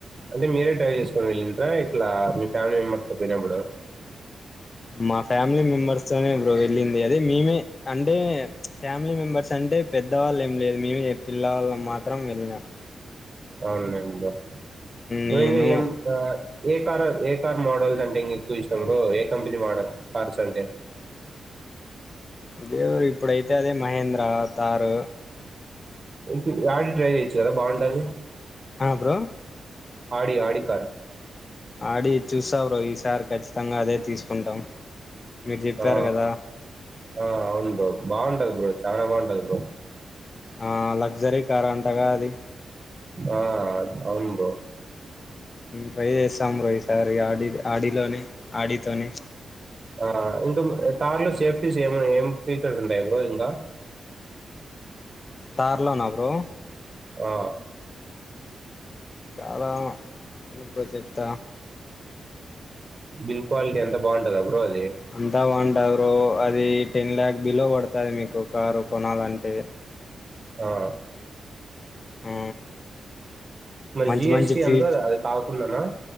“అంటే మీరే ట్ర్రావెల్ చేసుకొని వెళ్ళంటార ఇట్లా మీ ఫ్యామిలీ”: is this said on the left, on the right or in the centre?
Right